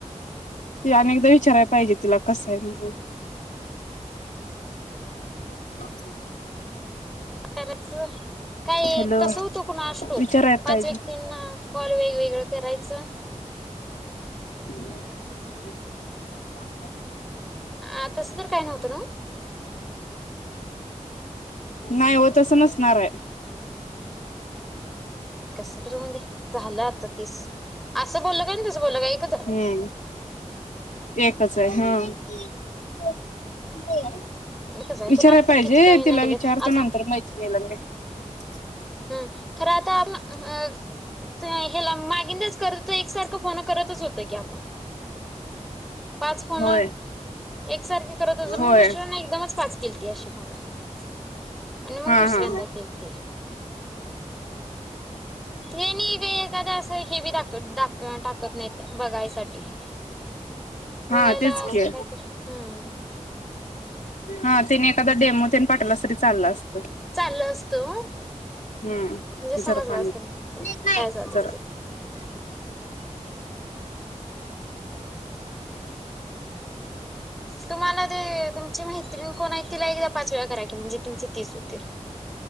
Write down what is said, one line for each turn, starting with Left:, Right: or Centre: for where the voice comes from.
Left: ते अनेकदा विचाराया पाहिजे तिला कसं हाय म्हणुन <unintelligible>
Centre: करायच काय
Left: हॅलो
Centre: तस होतं कुणास ठाऊक,
Left: विचाराय
Centre: पाच
Left: पाहिजे.
Centre: व्यक्तींना कॉल वेगवेगळं करायचं.
Left: <unintelligible>
Centre: आ तसं तर काय नव्हतं नव्हं
Left: नाय ओ तसं नसणाराय.
Centre: हं कसं झालं आता तीस, आसं बोललं काय न तसं बोललं काय एकच झालं.
Left: हम्म एकच हाय हं <unintelligible>
Centre: एकच आहे कुणाला
Left: विचाराय
Centre: तर
Left: पाहिजे
Centre: किती काय
Left: तिला
Centre: ना केलं
Left: विचारतो
Centre: आता
Left: नंतर मैत्रीनिला मी <unintelligible>
Centre: हूं खरं आता अप हं अ ते हे ला मागिंदच करतोय एकसारखं फोन करतच होतय की आपण पाच फोन
Left: होय
Centre: एकसारखी करत होतं
Left: होय
Centre: हु मिस्टरांना एकदमच पाच केलती अशी फोन आण मंग
Left: हा
Centre: दुसऱ्यांदा
Left: हा.
Centre: केलती. हे नई का एखाद असं हे बी दाख दाख टाकत नाहीत बघायसाठी <inaudible> बघायला
Left: हा तेच की
Centre: असं काहीतरी हम्म
Left: हा तिने एखादा डेमो तेन पाटवलास तरी चाललं असतं
Centre: चाललं असतं म्हणजे
Left: हम्म
Centre: समजलं
Left: जरा पाणी
Centre: असतं
Left: दे
Centre: काय झालं वगैरे.
Left: जरा
Centre: <inaudible> <inaudible> तुम्हाला ते तुमची मैत्रीण कोण आहे तिला एकदा पाच वेळा करा की म्हणजे तुमचे तीस होतील.